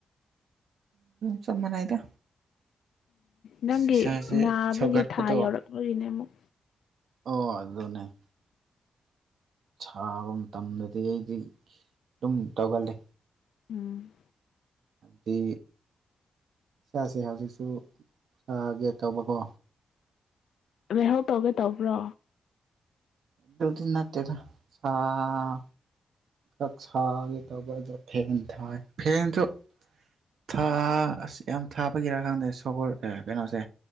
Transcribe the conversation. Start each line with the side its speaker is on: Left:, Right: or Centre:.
Right: ꯆꯞꯃꯅꯩꯗ꯫
Left: ꯅꯪꯒꯤ
Right: ꯏꯁꯥꯁꯦ
Left: ꯅꯥꯕꯒꯤ
Right: ꯁꯧꯒꯠꯄ
Left: ꯊꯥ
Right: ꯗꫭ꯫
Left: ꯌꯧꯔꯛꯄꯒꯤꯅꯦ ꯑꯃꯨꯛ
Right: ꯑꯣ ꯑꯗꯨꯅ‌ꯦ꯫ ꯁꯥꯕ ꯃꯇꯝꯗꯗꯤ ꯑꯩꯗꯤ ꯑꯗꯨꯝ ꯇꯧꯒꯜꯂ‌ꯦ꯫
Left: ꯎꯝ꯫
Right: ꯗꯤ ꯏꯁꯥꯁꯦ ꯍꯧꯖꯤꯛꯁꯨ ꯁꯥꯒꯦ ꯇꯧꯕꯀꯣ꯫
Left: ꯂꯩꯍꯧ ꯇꯧꯒꯦ ꯇꯧꯕ꯭ꯔꯣ꯫
Right: ꯗꯨꯗꯤ ꯅꯠꯇꯦꯗ ꯑꯥ꯫ ꯥ ꯁꯥꯒꯦ ꯇꯧꯕꯗ ꯐꯦꯟ ꯊꯥꯏ ꯐꯦꯟꯁꯨ꯫ ꯊꯥ ꯑꯁ ꯌꯥꯝ ꯊꯥꯕꯒꯤꯔꯥꯀꯥꯟꯗꯦ ꯁꯣꯕꯣꯔ ꯀꯩꯅꯣꯁꯦ